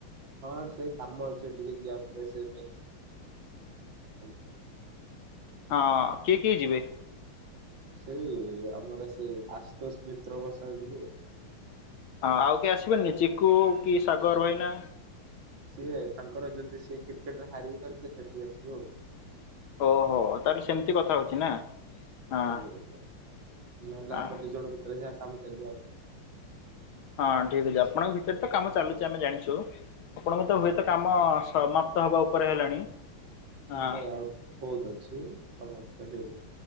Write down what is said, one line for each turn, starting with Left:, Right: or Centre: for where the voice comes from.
Right: ହଁ ସେ କାମ ଅଛି ଟିକେ ଯିବା ପ ସେ <unintelligible> <inaudible>
Left: ହଁ କିଏ କିଏ ଯିବେ?
Right: ସେଇ ଆମର ସେଇ ଆଶୁଷ ମିତ୍ର ବସା ଯିବୁ।
Left: ହଁ ଆଉ କିଏ ଆସିବନନି ଚିକୁ କି ସାଗର ଭାଇନା?
Right: ସିଏ ତାଙ୍କର ଯଦି ସେ କ୍ରିକେଟ ରେ ହାରିବେ, ତାହେଲେ ସେ ସେଠି ଆସିବ ଆଉ।
Left: ଓହୋ ତାହେଲେ ସେମିତି କଥା ହଉଛି ନା। ହଁ
Right: ଆଜ୍ଞା ଆଜ୍ଞା ନହେଲେ
Left: ହଁ।
Right: ଆମ ଦି ଜଣ ଭିତରେ ଯାହା କାମ ଚାଲିବ ଆଉ।
Left: ହଁ ଠିକ ଅଛି ଆପଣଙ୍କ ଭିତରେ ତ କାମ ଚାଲୁଛି, ଆମେ ଜାଣିଛୁ ଆପଣଙ୍କ ତ
Right: ଆଜ୍ଞା।
Left: ହୁଏତ କାମ ସମାପ୍ତ ହବା ଉପରେ ହେଲାଣି। ହଁ।
Right: ନାଇଁ ଆଉ ବହୁତ ଅଛି, ସମସ୍ତ ହେନ